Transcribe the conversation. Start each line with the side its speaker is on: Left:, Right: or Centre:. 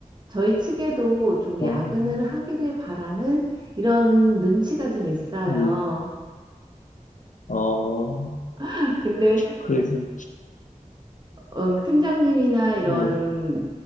Right: 저희 측에도 좀
Left: 어,
Right: 야근을 하기를 바라는 이런 눈치가 좀 있어요.
Left: 음, 어.
Right: <laughs> 근데
Left: 그래서
Right: 음, 팀장님이나 이런
Left: 음,